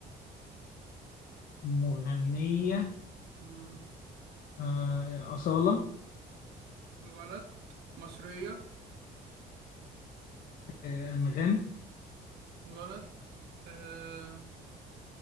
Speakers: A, on the left; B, on the right.
A: مغنية
B: مم،
A: آه، أصالة
B: غلط مصرية
A: آه، أنغام
B: غلط آه